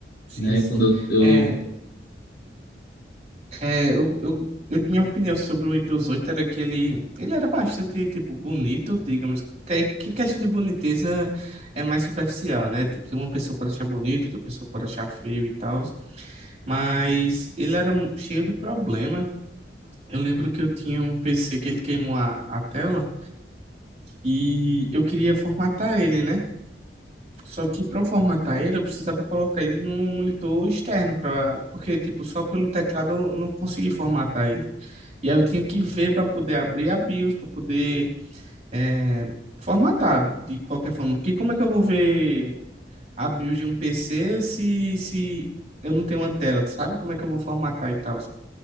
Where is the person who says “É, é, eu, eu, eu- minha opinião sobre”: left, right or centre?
Right